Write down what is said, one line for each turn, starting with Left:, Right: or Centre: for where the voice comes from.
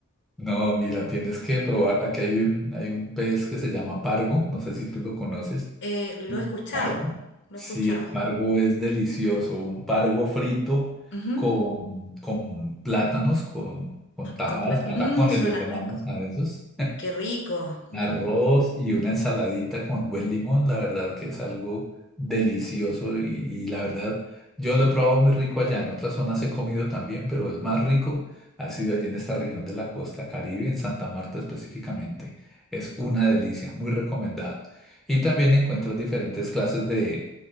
Centre: No, mira, tienes que probar. Aquí hay un, hay un pez que se llama pargo, no sé si tú lo conoces.
Left: Eh, lo
Centre: Mm.
Left: he escuchado,
Centre: Pargo.
Left: lo
Centre: Sí,
Left: he escuchado.
Centre: el pargo es delicioso. Un pargo frito
Left: Ujú.
Centre: con, con plátanos, con, con tajadas,
Left: Con plato-
Centre: patacones
Left: mm, suena
Centre: les llamamos
Left: rico.
Centre: a esos.
Left: Qué rico. Mm.
Centre: Arroz y una ensaladita con buen limón, la verdad que es algo delicioso y, y la verdad yo lo he probado muy rico allá. En otras zonas he comido también, pero el más rico ha sido allí en esta región de la costa Caribe, en Santa Marta específicamente. Es una delicia, muy recomendado. Y también encuentras diferentes clases de,